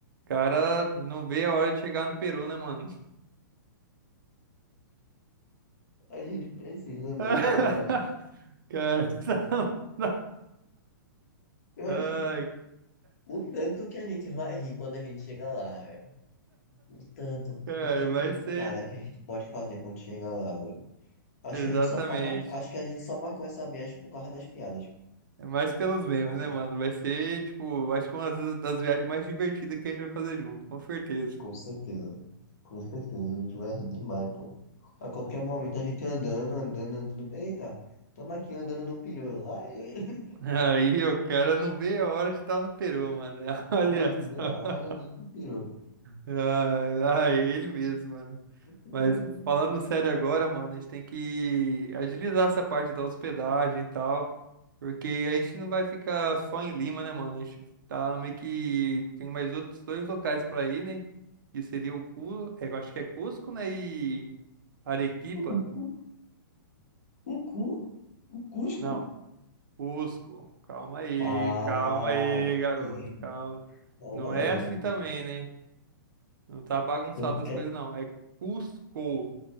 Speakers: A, on the right (about 65°); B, on the left (about 45°).
A: cara, não vê a hora de chegar no Peru, né, mano?
B: A gente precisa ver
A: <laughs>
B: essa viagem.
A: Cara, <laughs>
B: Eu
A: ai,
B: acho que o tanto que a gente vai rir quando a gente chegar lá, velho. O tanto,
A: cara,
B: o tanto
A: vai
B: de
A: ser.
B: piada que a gente pode fazer quando chegar lá, velho. Acho
A: Exatamente.
B: que a gente só tá mar... Acho que a gente só marcou essa viagem por causa das piadas.
A: É mais pelos memes,
B: Nossa.
A: né, mano? Vai ser, tipo, acho que uma das das viagens mais divertidas que a gente vai fazer junto, com certeza.
B: Com certeza. Com certeza. A gente vai rir demais, pô. A qualquer momento a gente andando, andando, andando. Eita, tamo aqui andando no peru. Lá, <laughs> e-
A: <laughs> Aí, o cara não vê a hora de estar no Peru, mano. <laughs> Olha
B: não vê
A: só.
B: a hora de ir pro peru.
A: Ai, lá é ele mesmo, mano.
B: Vai.
A: Mas falando sério agora, mano, a gente tem que agilizar essa parte da hospedagem e tal, porque a gente não vai ficar só em Lima, né, mano? A gente tá meio que tem mais outros dois locais pra ir, né? Que seria o Cu, é, eu acho que é Cusco, né, e Arequipa.
B: O <laughs> cu? O Cusco?
A: Não, Cusco. Calma aí,
B: Ah,
A: calma aí, garoto.
B: aí.
A: Calma.
B: calma
A: Não é
B: aí.
A: assim também, né? Não tá bagunçado
B: Então tu
A: as
B: quer...
A: coisas não. É Cusco.